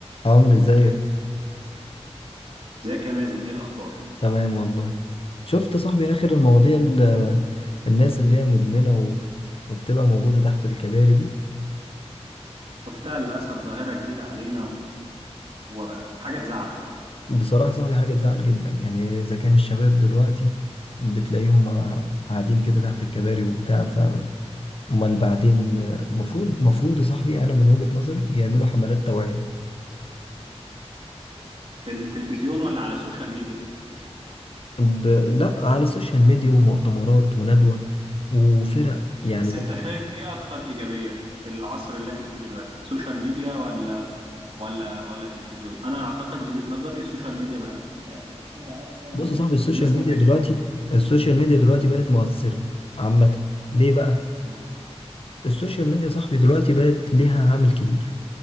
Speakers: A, on the left (about 55°); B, on the right (about 55°).
A: عمرو ازيك
B: ازيك يا مازن ايه الاخبار
A: تمام والله شفت صاحبي اخر المواضيع ال- الناس اللي هي مدمنة و... وبتبقى موجودة تحت الكباري دي
B: شفتها للاسف ظاهره جديده علينا و... وحاجه تزعل بصراحه
A: بصراحة صاحبي حاجة تزعل جدا يعني اذا كان الشباب دلوقتي بتلاقيهم قاع- قاعدين كده تحت الكباري وبتاع ف امال بعدين مفروض مفروض يا صاحبي انا من وجهة نظري يعملوا حملات توعية
B: في التلفزيون ولا على السوشيال ميديا
A: ب... لا على السوشيال ميديا ومؤتمرات وندوة وفرق يعني
B: بس انت شايف ايه اكتر ايجابيه في العصر اللي احنا فيه دلوقتي سوشيال ميديا ولا ولا ولا تلفزيون انا اعتقد من وجهه نظري السوشيال ميديا بقت بقت تاثيرها اقوى
A: بص
B: من
A: يا
B: التلفزيون
A: صاحبي السوشيال
B: الناس
A: ميديا
B: ما بقتش
A: دلوقتي
B: تعرف
A: السوشيال ميديا دلوقتي بقت مؤثرة عامة ليه بقى؟
B: مم.
A: السوشيال ميديا يا صاحبي دلوقتي بقت ليها عامل كبير